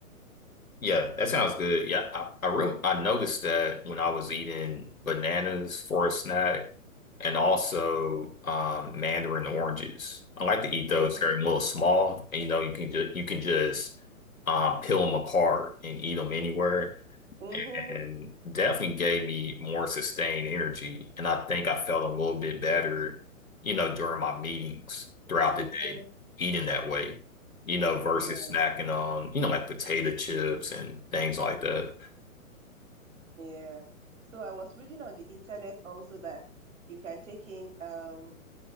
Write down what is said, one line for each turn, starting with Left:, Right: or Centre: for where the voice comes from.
Left: Yeah, that sounds good. Yeah, I, I really I noticed that when I was eating bananas for a snack and also um, mandarin oranges. I like to eat those.
Right: Mm-hmm.
Left: They're a little small, and you know you can just you can just um, peel them apart and eat them anywhere
Right: Mm-hmm.
Left: and definitely gave me more sustained energy. And I think I felt a little bit better, you know, during my meetings throughout
Right: Mm-hmm.
Left: the day, eating that way, you know, versus
Right: Yeah.
Left: snacking on, you know, like potato chips and things like that.
Right: Yeah. So I was reading on the internet also that you can take in um